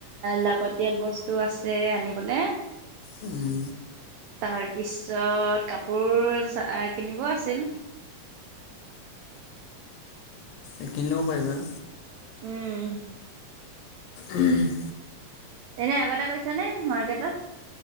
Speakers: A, on the right (about 90°); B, on the left (about 85°).
A: লাগতিয়াল বস্তু আছে আনিবলৈ। <unintelligible>
B: উম
A: তাৰ পিছত কাপোৰ কিনিব আছিল।
B: এ কিনিলব পাৰিবা।
A: উম
B: উম <unintelligible>
A: এনে আগতে গৈছে নে মাৰ্কেটত